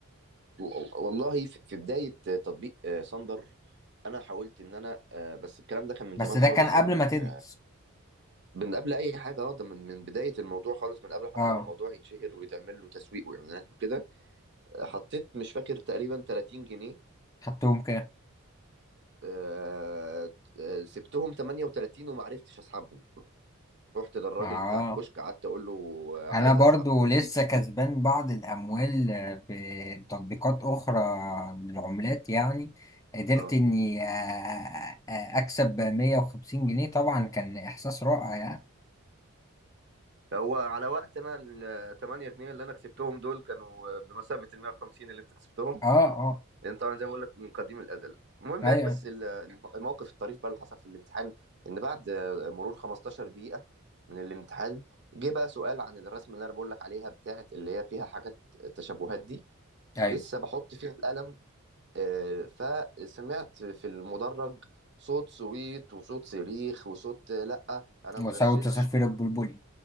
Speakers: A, on the right; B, on the left.
A: و- والله في في بدايه تطبيق آه، صندر انا حاولت ان انا آه، بس الكلام ده كان من
B: بس
A: زمان
B: ده
A: خالص
B: كان قبل
A: يعني من
B: ما تدرس
A: من قبل اي حاجه اه ده من من بدايه الموضوع خالص من قبل حتى
B: اه
A: ما الموضوع يتشهر ويتعمل له تسويق واعلانات وكده آه، حطيت مش فاكر تقريبا 30 جنيه
B: خدتهم كده
A: آه، آه، سبتهم 38 وما عرفتش اسحبهم رحت للراجل
B: اه
A: بتاع الكشك قعدت اقول له آه، عايز
B: انا برضو
A: اسحب فلوسي
B: لسه كسبان بعض الاموال آه، في تطبيقات اخرى من العملات يعني قدرت
A: اه
B: اني آه، آه، آه، اكسب 150 جنيه طبعا كان احساس رائع يعني
A: هو على وقت انا ال 8 جنيه اللي انا كسبتهم دول كانوا بمثابه ال 150 اللي انت كسبتهم
B: اه اه
A: لان طبعا زي ما بقول لك من قديم الازل المهم
B: ايوه
A: يعني بس ال- الموقف الطريف بقى اللي حصل في الامتحان ان بعد مرور 15 دقيقه من الامتحان جه بقى سؤال عن الرسمه اللي انا بقول لك عليها بتاعه اللي هي فيها حاجات التشابهات دي
B: ايوه
A: لسه بحط فيها القلم آه، فسمعت في المدرج صوت سويت وصوت صريخ وصوت آه، لا انا
B: وسوف
A: ما غشيتش
B: تسفر البلبلي